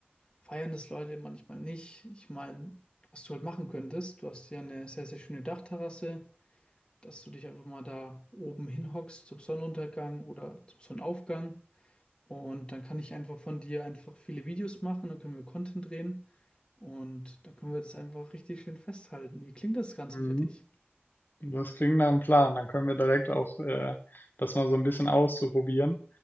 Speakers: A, on the left; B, on the left.
A: feiern das Leute, manchmal nicht. Ich meine, was du halt machen könntest, du hast ja eine sehr, sehr schöne Dachterrasse. dass du dich einfach mal da oben hinhockst zum Sonnenuntergang oder zum Sonnenaufgang. Und dann kann ich einfach von dir einfach viele Videos machen, dann können wir Content drehen und da können wir das einfach richtig schön festhalten. Wie klingt das Ganze
B: Mhm.
A: für dich?
B: Das klingt nach einem Plan. Dann können wir direkt auch äh, das mal so ein bisschen ausprobieren.